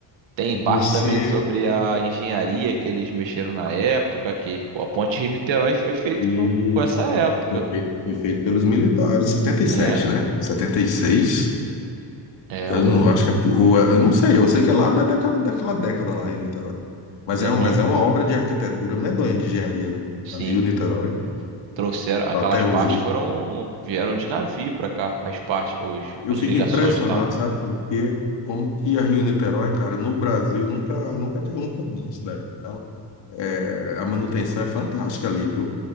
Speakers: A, on the right (about 85°); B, on the left (about 80°).
A: Tem
B: Você.
A: parte também sobre a engenharia que eles mexeram na época, que tipo, a ponte de niterói foi feita
B: Isso.
A: com, com essa época,
B: Foi feito, foi feito pelos militares. setenta e
A: né?
B: sete né? setenta e seis
A: É
B: Eu
A: um,
B: não acho que. é- ou é- Eu não sei. Eu sei que é lá da, daquela, daquela década lá, Rio-Niterói. Mas
A: lembrando,
B: é, um- mas é uma obra de arquitetura medonha, de engenharia, né?
A: sim,
B: A Rio-Niterói.
A: trouxeram aquelas
B: Tá até
A: partes
B: hoje aí.
A: foram vieram de navio pra cá, as partes, os,
B: Eu
A: as
B: fico
A: ligações
B: impressionado,
A: e tal.
B: sabe por quê? Como que a Rio-Niterói, cara, no Brasil nunca, nunca caiu um pedaço dela. É, a manutenção é fantástica ali, viu?